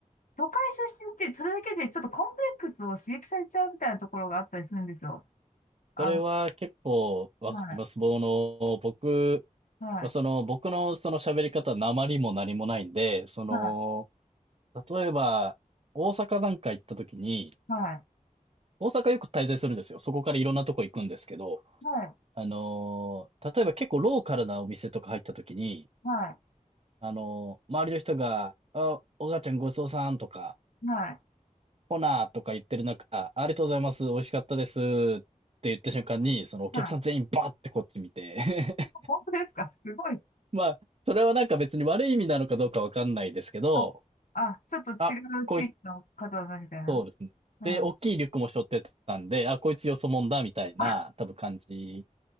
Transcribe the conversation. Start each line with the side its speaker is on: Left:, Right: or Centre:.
Left: 都会出身ってそれだけでちょっとコンプレックスを刺激されちゃうみたいなところがあったりするんですよ。あの、
Right: それは結構わかります。
Left: はい、
Right: 僕の、僕、
Left: はい、
Right: その、僕のその喋り方、訛りも何もないんで、その、
Left: はい、
Right: 例えば、大阪なんか行った時に、
Left: はい、
Right: 大阪よく滞在するんですよ。そこからいろんなとこ行くんですけど、
Left: はい、
Right: あのー、例えば結構ローカルなお店とか入った時に、
Left: はい、
Right: あのー、周りの人が、あ、お母ちゃんごちそうさんとか、
Left: はい。
Right: ほなーとか言ってる中、ありがとうございます、美味しかったですって言った瞬間に、そのお客さん全員バーってこっち見て
Left: はい
Right: <laughs>
Left: 本当ですかすごい。
Right: まあ、それはなんか別に悪い意味なのかどうかわかんないですけど、
Left: あ、あ、ちょっと違う地域の方だみたいな。
Right: あ、こいつ、そうですね。
Left: うん。
Right: で、
Left: あ、
Right: 大きいリュックも背負ってたんで、あ、こいつよそもんだ、みたいな、
Left: あ、
Right: 多分感じ